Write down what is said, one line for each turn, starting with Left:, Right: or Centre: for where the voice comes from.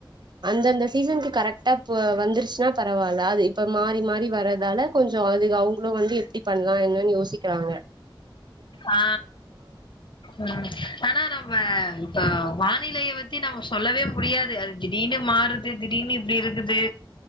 Right: அந்தந்த சீசனுக் கரெக்ட் டா போ வந்துருச்சுன்னா பரவால்ல அது இப்ப மாறி மாறி வரதால கொஞ்ச அது அவங் உள வந்து எப்டி பண்ணலா என்னன் யோசிக்றாங்க
Left: ஆ ம் ஆனா நம் ம்ம ஆ வா நிலைய வச்சு நம்ம சொல்லவே முடியாது இது திடீனு மாறுது திடீனு இப்டி இருக்குது